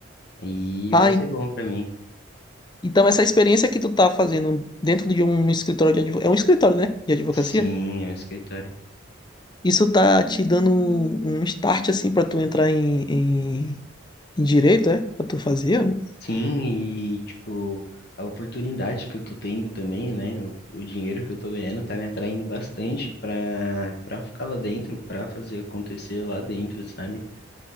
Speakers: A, on the left; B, on the left.
A: E
B: Ah,
A: vai
B: e-
A: ser bom pra mim.
B: então essa experiência que tu tá fazendo dentro de um escritório de advocacia, é um escritório, né, de advocacia?
A: Sim, é um escritório.
B: Isso tá te dando um um start assim para tu entrar em, em, em direito, é? Para tu fazer?
A: Sim, e tipo, a oportunidade que eu tô tendo também, né? O, o dinheiro que eu tô ganhando tá me atraindo bastante pra, pra ficar lá dentro, pra fazer acontecer lá dentro, sabe?